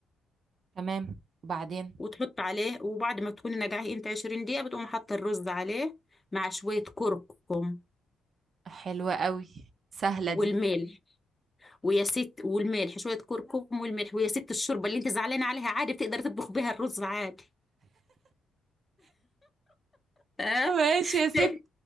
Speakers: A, on the right; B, on the left.
A: تمام وبعدين
B: وتحط عليه وبعد ما تكوني نقعيه انت عشرين دقيقة بتقوم حاطة الرز عليه مع شوية كركم
A: حلوة قوي سهلة
B: والملح
A: دي
B: ويا ست والملح شوية كركم والملح ويا ست الشوربة اللي انت زعلانة عليها عادي بتقدر تطبخ بيها الرز عادي اه
A: ماشي يا ستي
B: <laughs>